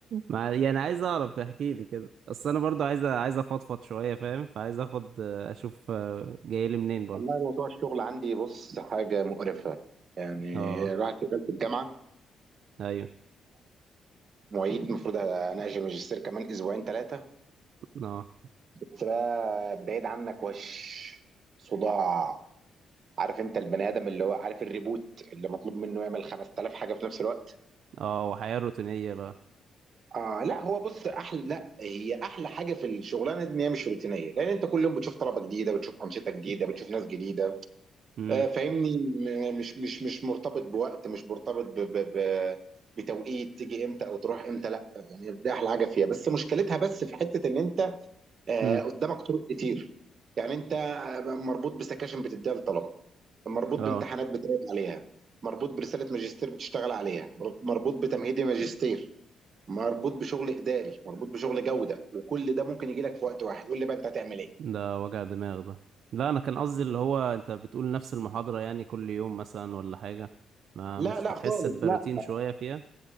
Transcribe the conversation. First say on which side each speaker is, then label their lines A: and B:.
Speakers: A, on the right; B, on the right.
A: مع... يعني عايز اعرف احكي لي كده اصل انا برضو عايز عايز افضفض شويه فاهم فعايز اخد اشوف آه، جاي لي منين برضو
B: والله موضوع الشغل عندي بص حاجه مقرفه يعني
A: اه
B: راح شغال في الجامعه
A: ايوه
B: معيد المفروض اناقش الماجستير كمان اسبوعين ثلاثه
A: اه
B: بس بقى بعيد عنك وش صداع عارف انت البني ادم اللي هو عارف الريبوت اللي مطلوب منه يعمل 5000 حاجه في نفس الوقت
A: اه وحياه روتينيه بقى
B: آه لا هو بص احلى لا هي احلى حاجه في الشغلانه دي ان هي مش روتينيه لان انت كل يوم بتشوف طلبه جديده بتشوف انشطه جديده بتشوف ناس جديده
A: امم
B: آه فاهمني م- مش مش مش مرتبط بوقت مش مرتبط ب ب ب بتوقيت تيجي امتى او تروح امتى لا يعني ده احلى حاجه فيها بس مشكلتها بس في حته ان انت آه
A: امم
B: قدامك طرق كتير يعني انت مربوط بسكاشن بتديها للطلبه مربوط
A: اه
B: بامتحانات بتراقب عليها مربوط برساله ماجستير بتشتغل عليها مربوط بتمهيدي ماجستير مربوط بشغل اداري مربوط بشغل جوده وكل ده ممكن يجي لك في وقت واحد قول لي بقى انت هتعمل ايه
A: ده وجع دماغ ده لا انا كان قصدي اللي هو انت بتقول نفس المحاضره يعني كل يوم مثلا ولا حاجه ما
B: لا
A: مش
B: لا
A: بتحس
B: خالص
A: بروتين
B: لا
A: شويه فيها